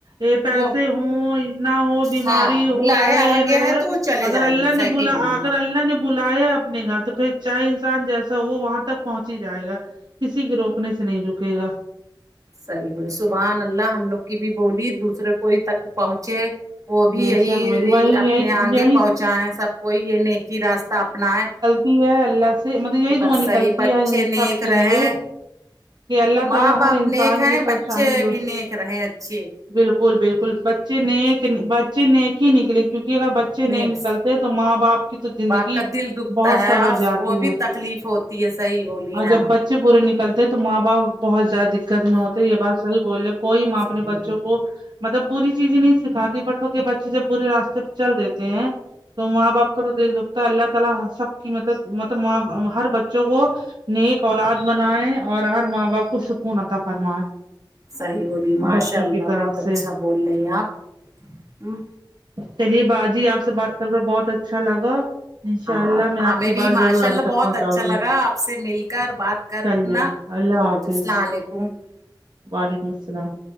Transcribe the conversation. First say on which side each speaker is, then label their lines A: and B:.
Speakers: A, on the right (about 60°); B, on the right (about 40°).
A: یہ پیسے
B: وہ
A: ہوں نہ ہو بیماری
B: ہاں
A: ہو
B: بلایا
A: رہے یا
B: آ گیا
A: نہ رہے
B: ہے تو وہ چلے
A: اگر
B: جائیں
A: اللہ
B: گے
A: نے
B: صحیح
A: بلا
B: بولی
A: آ اگر
B: ہیں
A: اللہ نے بلایا اپنے گھر تو پھر چاہے انسان جیسا ہو وہاں تک پہنچ ہی جائے گا کسی کے روکنے سے نہیں رکے گا
B: صحیح بولے سبحان اللہ ہم لوگ کی بھی بولی دوسرے کوئی تک پہنچے وہ بھی
A: بے
B: یہی
A: شک بھائی وہی
B: اپنے
A: یہی
B: آنگے پہنچائیں سب کوئی یہ نیکی راستہ اپنائے
A: کی ہے اللہ سے مطلب یہی
B: کہ بس
A: دعا نکلتی
B: صحیح بچے
A: ہے ان
B: نیک
A: سب کے
B: رہیں
A: لیے کہ اللہ تعالی
B: ماں باپ
A: ہر انسان
B: نیک ہیں
A: کی پریشانی
B: بچے
A: دور
B: بھی نیک رہیں اچھے
A: بالکل بالکل بچے نیک بچے نیک ہی نکلے کیونکہ اگر بچے
B: نیکس
A: نیک نکلتے تو ماں باپ کی تو زندگی
B: باپ کا دل دکھتا
A: بہت
B: ہے
A: سنور
B: اور
A: جاتی
B: وہ بھی
A: ہے
B: تکلیف ہوتی ہے صحیح بولی
A: اور
B: ہیں
A: جب
B: آپ
A: بچ چے برے نکلتے ہیں تو ماں باپ بہت زیادہ دقت میں ہوتے یہ بات صحیح بول رہے ہو کوئی ماں اپنے
B: صحیح
A: بچوں
B: بولی
A: وہ مطلب بری چیزیں نہیں سکھاتی بٹ انکے بچے جب برے راستے پہ چل دیتے ہیں تو ماں باپ کا تو دل دکھتا اللہ تعالی سب کی مدب مطلب ماں ہر بچوں کو نیک اولاد بنائے اور ہر ماں باپ کو سکون عطا فرمائے
B: صحیح بولی ماشاء
A: بچوں
B: اللہ
A: کی طرف
B: بہت اچھا
A: سے
B: بول رہی ہیں آپ ہمم
A: چلیے باجی آپ سے بات کر کر بہت اچھا لگا انشاء
B: ہاں
A: اللہ میں آپ
B: ہمیں
A: کی
B: بھی
A: بات
B: ماشاء
A: ضرور
B: اللہ
A: آگے تک
B: بہت
A: پہنچاؤں
B: اچھا لگا
A: گی
B: آپ سے مل کر بات کرنا
A: چلیے اللہ
B: بہت
A: حافظ
B: اچھا <unintelligible>
A: وعلیکم السلام